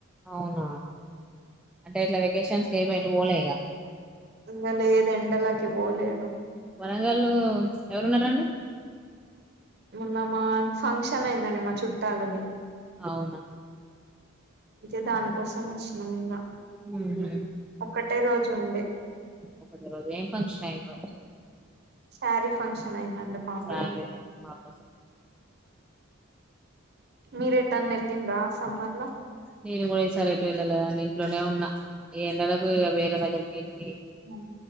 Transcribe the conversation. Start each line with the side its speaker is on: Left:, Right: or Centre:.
Centre: అవునా అంటే ఇట్లా వెకేషన్స్కి ఏమొ ఎటు పోలేగా ఇగ
Right: అంద లేదండి ఎండలకి బోలేదు.
Centre: వరంగల్లో ఎవరున్నారండి?
Right: మొన్న మాన్ ఫంక్షన్ అయిందండి మా చుట్టాలది.
Centre: అవునా
Right: చే దానికోసం వచ్చినాము ఇంగా
Centre: <inaudible>
Right: ఒకటే రోజు ఉండే
Centre: ఒకటే రోజు ఏం ఫంక్షన్ అయిందో
Right: సారీ ఫంక్షన్ అయిందండి పాపది
Centre: సారీ <inaudible> పాప <unintelligible>
Right: మీరు ఎటన్న వెళ్ళిండ్రా సమ్మర్ లో
Centre: నేను కూడా ఈసారి ఎటు పిల్లలు ఇంట్లోనే ఉన్న ఈ ఎండలకు ఇగ వేరే దగ్గరికి వెళ్లి
Right: హ